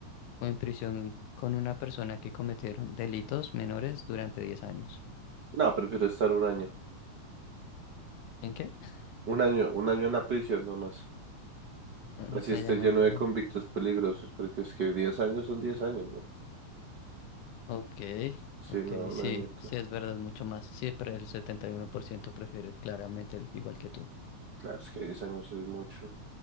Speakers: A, on the left; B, on the right.
A: o en prisión con una persona que cometieron delitos menores durante 10 años.
B: No, prefiero estar un año.
A: ¿En qué? <laughs>
B: Un año, un año en la prisión nomás.
A: Mm,
B: Así
A: Me
B: esté
A: llaman
B: lleno
A: desde
B: de convictos
A: la...
B: peligrosos, porque es que 10 años son 10 años, ¿no?
A: Ok,
B: Sí,
A: ok,
B: no, un
A: sí,
B: añito.
A: sí, es verdad, mucho más. Sí, pero el 71% prefiere claramente el igual que tú,
B: Claro, es que 10 años es mucho.